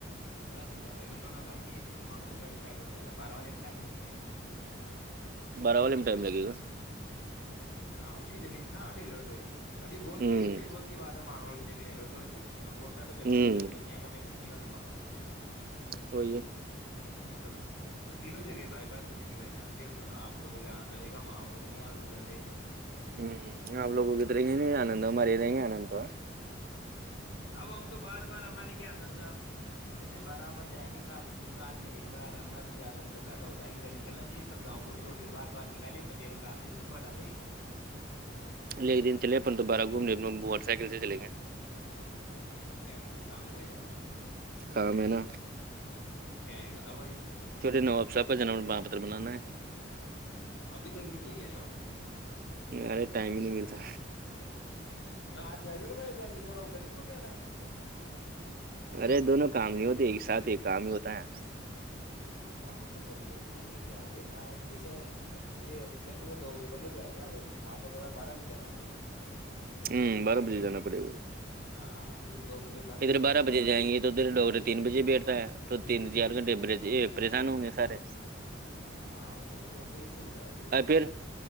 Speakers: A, on the left; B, on the right.
A: بس ان کا پیمنٹ ہونا باقی ہے جس میں مانگ لو کا ا اسٹارٹ ہو جائے گا بارہ والے میں ٹائم لگے گا ابھی
B: باراو لم ائم لگے گ
A: ہاں اس کی زمین کاں ابھی الرٹ ہوئی ابھی بت
B: ہوں
A: کی ہوئی تھی بہت بعد مگوک کی جیین لوٹ ویہب اس کا تو پیمن
B: ہوں
A: بھی ہویا ہے یہاں کا پیمٹ نہیں ہو ا مگاوی جین کا
B: ہوئی ہے
A: تو تو تینوں جگہ بائی پاس بنیں گے بھائی جان پھر آپ لوگوں کےاں آنا رہے گا ماحوول بھی نہیں آ ادھر سے پ
B: ہوں آپ لوگ اگت رہیں گے نہیں آنند مار ہی رہیں گے آنند تو
A: اب ہم تو بار بار ہمارے کیا آند صاحب ایسے بارہمد جائیں گے صاحب سال میں ایک بار ہمارے تو زیادہ تر کوٹہ کا ہوتا ہے ادھر نکلنا چاہیے سب گاؤں کو چھوڑ کے بار بار نکالے پچیڑ کا آچری سب کو ہٹا دیں
B: ایک دن چلے اپن دوبارہ گھومنےے اپ لوگ موٹر سائیکل سے چلیں گئے
A: کیا کچھ کام ہے بھائی جان کے
B: کا میں ہے نا
A: کیا ہے بتاؤ بھائی جان
B: چھوٹے نواب صاحب کا جنم پرا پتر بنانا ہے
A: ابھی تک نہیں کیے گیا جاب
B: ارے ٹائم ہی نہیں ملتا
A: آج جا رہی ن بھائی جان تھوڑا ادھر بھی گھوم آناا
B: ارے دونوں کام نہیں ہوتے ایک ساتھ ایک کام ہی ہوتا ہے
A: آپ تو فور ویلر لے کے جاؤ گے ہاں جیسے یہ لیکن یہ دو بجے بند ہو جائیں گے یار بھ آپ کو تھوڑا بارہ بجے جانا پڑے گا
B: ہ بارہ بجے جانا پڑے ب
A: ہاں کیونکہ دو بجے بند
B: ادھر
A: ہے
B: بارہ
A: جیسے
B: بجے
A: اپن
B: جائیں
A: بھی
B: گے تو ادھر ڈاکٹر تین بجے بیٹھتا ہے تو تین چار گھنٹےھ یہ پریشان ہوں گے سارے
A: ہاں وہ تو ہے صح ہی ہے وہ تو
B: اور
A: تھوڑا
B: پھر